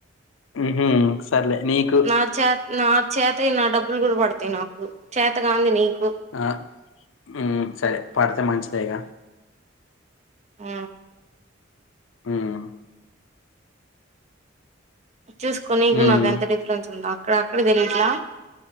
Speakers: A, on the left; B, on the right.
A: ఉ హుమ్ సర్లే నీకు
B: నాకు చేతై నాకు చేతై నా డబ్ డబ్బులు కూడా పడతాయి నాకు చేతకాంది నీకు
A: ఆ ఊమ్ సరే పడతే మంచిద్ దేగ
B: ఆ
A: ఊమ్
B: చూసుకొ నీకు
A: ఉమ్
B: నాకు ఎంత డిఫరెన్స్ ఉందో అక్కడ అక్కడ తెలిట్లా